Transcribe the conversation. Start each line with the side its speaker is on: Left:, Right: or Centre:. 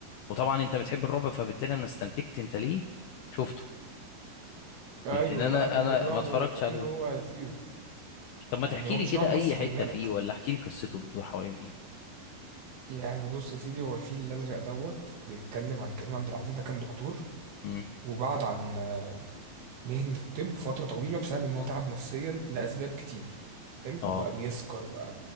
Left: وطبعا انت بتحب الرعب فبالتالي انا استنتجت انت ليه شفته
Right: ايوه
Left: لكن انا
Right: لا بحب
Left: انا
Right: الرعب
Left: ما اتفرجتش
Right: وكمان
Left: عليه
Right: هو لذيذ
Left: طب ما
Right: يعني
Left: تحكي
Right: هو
Left: لي
Right: مش
Left: كده
Right: رعب
Left: اي
Right: بس خلي
Left: حتة
Right: بالك
Left: فيه ولا احكي لي قصته بتدور حوالين ايه
Right: يعني بص يا سيدي هو الفيل الازرق دوت بيتكلم عن كريم عبد العزيز ده كان دكتور
Left: امم
Right: وبعد عن مهنة الطب فترة طويلة بسبب إن هو تعب نفسيا لأسباب كتير حلو
Left: اه
Right: وبقى بيسكر وبقى